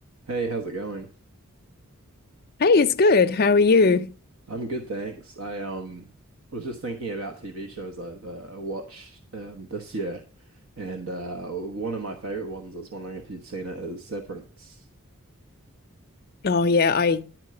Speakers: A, on the right; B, on the left.
A: Hey, how's it going?
B: Hey, it's good. How are you?
A: I'm good, thanks. I um was just thinking about TV shows I've uh, watched um this year, and uh one of my favorite ones, I was wondering if you'd seen it, is Severance.
B: Oh yeah, I